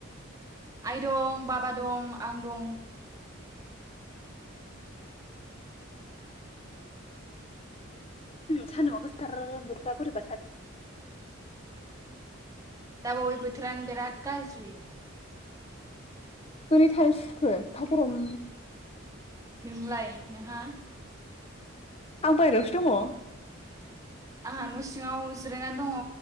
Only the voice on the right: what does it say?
आइ दं बाबा दं आं दं।
दा बावै बोथोरानो बेराद गाज्रि।
नोंलाय नोंहा?
आंहा न' सिङाव जिरायनानै दङ